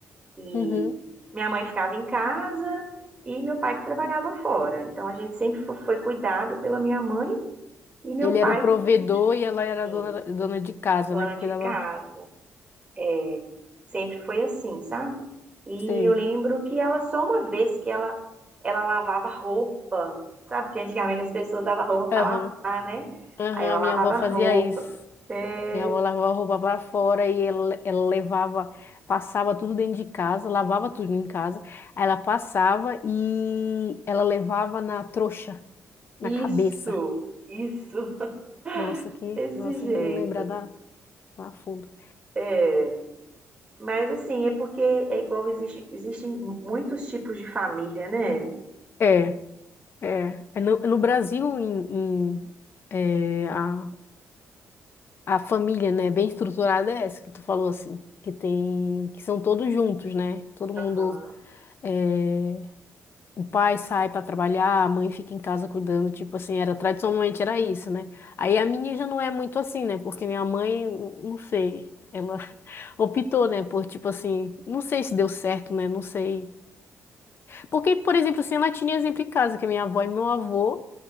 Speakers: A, on the right; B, on the left.
A: E
B: Uhum.
A: minha mãe ficava em casa e meu pai que trabalhava fora. Então a gente sempre fo- foi cuidado pela minha mãe e meu
B: Ele
A: pai
B: era o provedor
A: que sempre,
B: e ela era
A: assim,
B: a dona, dona de casa,
A: dona
B: né?
A: de
B: Cuidava.
A: casa. É, sempre foi assim, sabe? E
B: Sei.
A: eu lembro que ela, só uma vez que ela, ela lavava roupa, sabe? Porque antigamente as pessoas davam roupa
B: Aham.
A: para lavar, né?
B: Aham,
A: Aí ela
B: a
A: lavava
B: minha avó fazia
A: roupa.
B: isso.
A: É,
B: Minha avó lavava a roupa para fora e ela, ela levava, passava tudo dentro de casa, lavava tudo em casa. Aí ela passava e ela levava na trouxa, na
A: isso,
B: cabeça.
A: isso,
B: Nossa,
A: <laughs>
B: que.
A: desse
B: Nossa,
A: jeito.
B: eu não lembrar da, da fundo.
A: É. Mas assim, é porque é igual, existe, existem muitos tipos de família, né?
B: É. É, é no, no Brasil, em, em, é, a, a família, né, bem estruturada é essa que tu falou assim, que tem, que são todos juntos, né? Todo
A: Aham,
B: mundo, é, o pai sai para trabalhar, a mãe fica em casa cuidando, tipo assim, era tradicionalmente era isso, né? Aí a minha já não é muito assim, né? Porque minha mãe, não sei, ela <laughs> optou, né, por tipo assim, não sei se deu certo, né? Não sei. Porque, por exemplo, assim, ela tinha exemplo em casa, que minha avó e meu avô